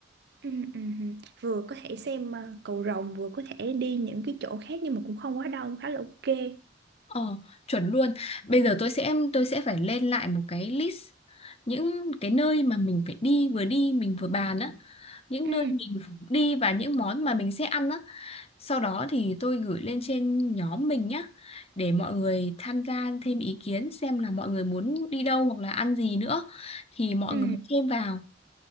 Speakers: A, on the right; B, on the left.
A: Ừ, ừ, ừ. Vừa có thể xem ờ, cầu rồng vừa có thể đi những cái chỗ khác nhưng mà cũng không quá đông khá là ok.
B: Ờ, chuẩn luôn. Bây giờ tôi sẽ tôi sẽ phải lên lại một cái list những cái nơi mà mình phải đi vừa đi mình vừa bàn á, những
A: Ừ,
B: nơi mình đi và những món mà mình sẽ ăn á. Sau đó thì tôi gửi lên trên nhóm mình nhá để mọi người tham gia thêm ý kiến xem là mọi người muốn đi đâu hoặc là ăn gì nữa thì mọi
A: ừ.
B: người thêm vào.